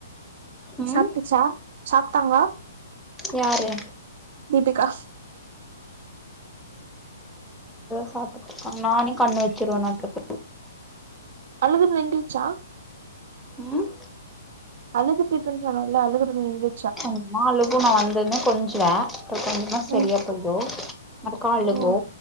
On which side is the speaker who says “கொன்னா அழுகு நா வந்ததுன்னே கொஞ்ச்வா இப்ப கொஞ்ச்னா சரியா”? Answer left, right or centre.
Centre